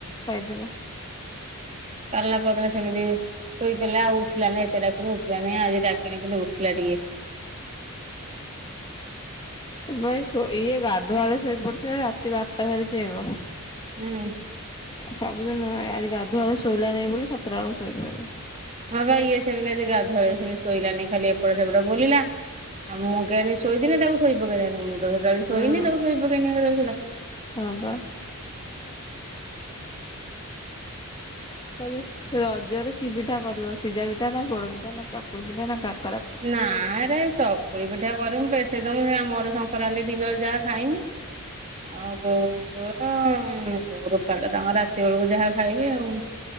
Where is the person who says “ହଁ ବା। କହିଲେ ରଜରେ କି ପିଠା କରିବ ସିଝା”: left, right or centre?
Left